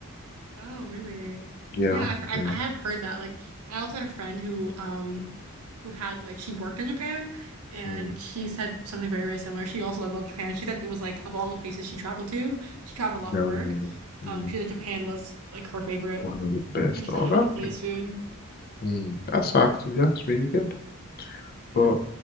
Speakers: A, on the right; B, on the left.
A: Oh, really?
B: Yeah,
A: Yeah, I've I,
B: yeah.
A: I have heard that. Like, I also had a friend who um who had like she worked in Japan and
B: Mm,
A: she said something very, very similar. She also loved, Japan. She said it was like of all the places she traveled to, she traveled a lot
B: that
A: for work.
B: was really, mm,
A: Um, she said Japan was like her favorite
B: one of the best.
A: and she said
B: Oh,
A: it had
B: that's
A: the cleanest
B: good.
A: food.
B: Hmm, that's actually that's really good.
A: Yeah.
B: But